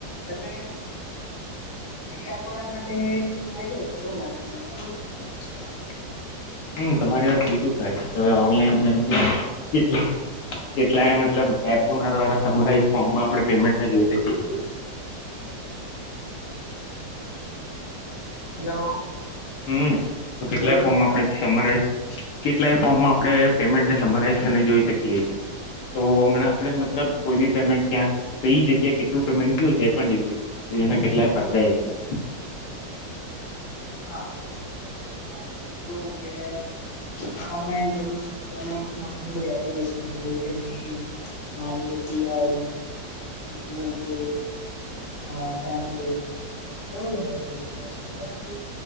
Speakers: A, on the left; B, on the left.
A: અને એ આપણા માટે એક ફાયદો છે એવું લાગે છે તમાર શું છે એ
B: હમ્મ તમારી વાત લીધું થાય છે હવે ઓનલાઈન કે કેટલાય મતલબ એપોના દ્વારા સમરાઈ ફોર્મમાં આપણે પેમેન્ટ જોઈ શકીએ છીએ
A: હેલો
B: હમ્મ, તો કેટલાય
A: બોલો
B: ફોર્મ
A: અવાજ
B: આપડે સમરાઈ કેટલાય ફોર્મમાં આપડે પેમેન્ટ સમરાઈઝ જોઈ શકીએ છીએ. તો હમણાં આપણે મતલબ કોઈ બી પેમેન્ટ ક્યાંક કઈ જગ્યા કેટલું પેમેન્ટ ગયું છે એ પણ જોઈ શકીએ. જેના કેટલાય ફાયદા એ છે.
A: હા, બિલકુલ સાચી વાતને હવે કેવું કે <unintelligible> પેમેન્ટ માં ઘણી બધી એપ્લિકેશ જે કે ભીમ મારી યુ પી આઈ હા નામ પે હા ફેન પે ઘણી બધી એપ્લિકેશન છે પરંતુ